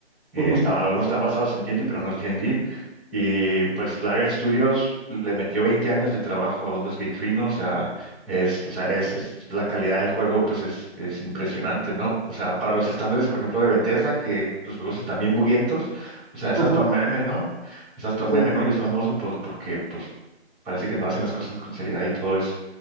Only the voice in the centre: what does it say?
Eh,
estaba- algunos están basados en D&D, pero no es D&D. Y D. Y pues Larian Studios le metió 20 años de trabajo a Baldur's Gate 3, ¿no? O sea, es, o sea, es, es- la calidad del juego, pues es, es impresionante, ¿no? O sea, para los estándares, por ejemplo, de Bethesda, que sus juegos están bien buguientos, o sea, es
hasta un meme, ¿no? Es hasta un
meme, ¿no? Y es famoso, pues, porque, pues, parece que no hacen las cosas con seriedad y todo es,